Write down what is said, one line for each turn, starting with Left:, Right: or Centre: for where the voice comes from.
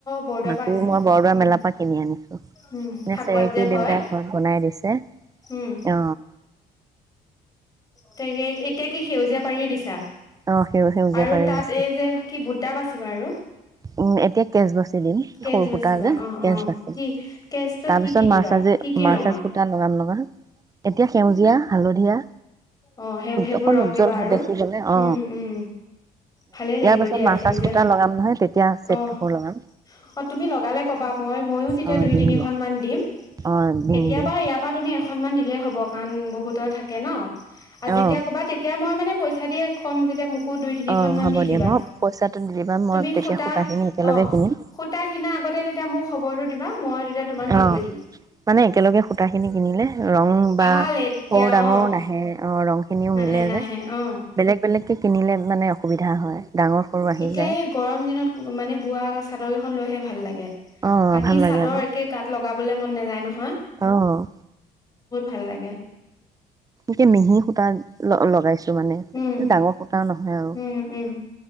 Left: বৰদোৱাৰ
Right: মাকো
Left: পৰা আনিলা
Right: মই বৰদোৱা
Left: উম
Right: মেলাৰ পৰা কিনি আনিছো এ
Left: উম ফাকুৱাত
Right: চেৰেকী
Left: যে হয়
Right: দেউতাই ঘৰত বনাই দিছে।
Left: উম,
Right: অ
Left: তেগে এতিয়া কি সেউজীয়া পাৰি দিছা।
Right: অ সেউ সেউজীয়া
Left: আৰু
Right: পাৰি
Left: তাত
Right: দিছো
Left: এই যে কি বুটা পচিবা আৰু।
Right: উম, এতিয়া কেজবছ দিম সেই
Left: কেচ
Right: সৰু
Left: বাচিবা
Right: সূতা যে
Left: অ
Right: কেছ
Left: অ
Right: বাচ
Left: কি কেচটোত
Right: তাৰপিছত
Left: কি কি
Right: মাৰ্চাজ
Left: দিবা কি কি
Right: মাৰ্চাজ
Left: ৰঙৰ
Right: সুতা লগ ন লগা। এতিয়া সেউজীয়া, হালধীয়া
Left: অ', সেই সেইবোৰ
Right: অকণ
Left: ৰং
Right: উজ্জ্বল
Left: দিবা আৰু
Right: দেখিবলে অ
Left: উম, উম, ভালে লাগিব
Right: ইয়াৰ পাছত
Left: দিয়া
Right: মাৰ্চাজ
Left: সেউজীয়া
Right: সূতা লগাম নহয় তেতিয়া চেট
Left: অ',
Right: কাপোৰ লগাম
Left: অ', তুমি লগালে কবা মই ময়ো তেতিয়া
Right: অ
Left: দুই
Right: দিম
Left: তিনিখনমান
Right: দিয়া
Left: দিম।
Right: অ দিম
Left: এতিয়া
Right: দিম
Left: বাৰু ইয়াৰ পৰা তুমি এখন মান দি দেই হ'বক কাৰণ বহুতৰ থাকে ন'। আ, যেতিয়া
Right: অ অ
Left: ক'বা তেতিয়া মই মানে পইচা দিয়ে ক'ম যেতিয়া মোক দুই, তিনিখন
Right: অ'
Left: মান
Right: হ'ব
Left: দি
Right: দিয়া
Left: দিবা।
Right: মই পইচাটো দি দিবা মই
Left: তুমি
Right: তেতিয়া
Left: সূতা,
Right: সূতাখিনি একেলগে
Left: অ',
Right: কিনিম
Left: সূতা কিনা আগতে তেতিয়া মোক খবৰটো দিবা মই তেতিয়া তোমাক হেৰি
Right: অ',
Left: কৰি দিম
Right: মানে একেলগে সূতা খিনি কিনিলে ৰং বা
Left: ভাল এতিয়া
Right: সৰু ডাঙৰো
Left: অ
Right: নাহে। অ', ৰং খিনিও
Left: নাহে
Right: মিলে
Left: নাহে
Right: যে,
Left: অ
Right: বেলেগ, বেলেগ কে কিনিলে মানে অসুবিধা হয়। ডাঙৰ সৰু আহি
Left: এতিয়া
Right: যায়
Left: এই গৰম দিনত মানে বোৱা চাদৰ লৈহে ভাল লাগে।
Right: অ'
Left: বাকী
Right: ভাল লাগে
Left: চাদৰ
Right: আকৌ
Left: একে গাত লগ গাবলৈ মন নাযায় ন
Right: অ',
Left: ভাল লাগে
Right: কে মিহি সূতা ল-লগাইছ মানে
Left: উম
Right: ডাঙৰ সূতা নহয় আৰু,
Left: উম উম